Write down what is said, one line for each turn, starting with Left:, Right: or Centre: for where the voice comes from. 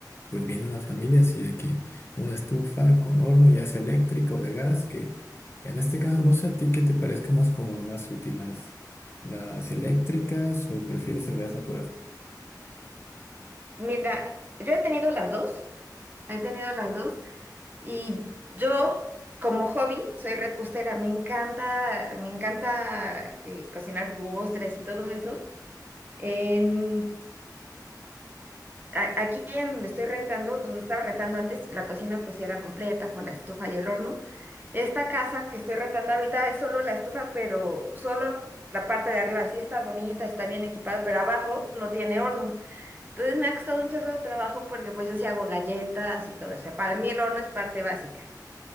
Left: pues viene una familia así de que una estufa con horno, ya sea eléctrico o de gas, que en este caso no sé a ti qué te parezca más cómodo, más útil las, las eléctricas o prefieres el gas natural.
Right: Mira, yo he tenido las dos, he tenido las dos y yo como hobby soy repostera, me encanta, me encanta eh, cocinar postres y todo eso. En, a- aquí en donde estoy rentando, donde estaba rentando antes, la cocina pues sí era completa con la estufa y el horno. Esta casa que estoy rentando ahorita es solo la estufa, pero solo la parte de arriba sí está bonita, está bien equipada, pero abajo no tiene horno. Entonces me ha costado un chorro de trabajo porque pues yo sí hago galletas y todo. O sea, para mí el horno es parte básica.